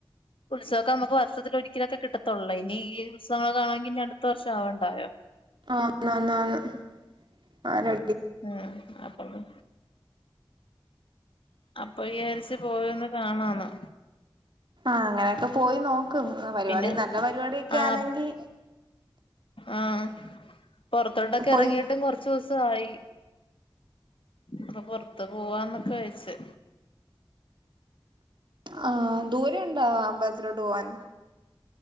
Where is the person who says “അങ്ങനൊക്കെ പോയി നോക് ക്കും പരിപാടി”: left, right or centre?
Right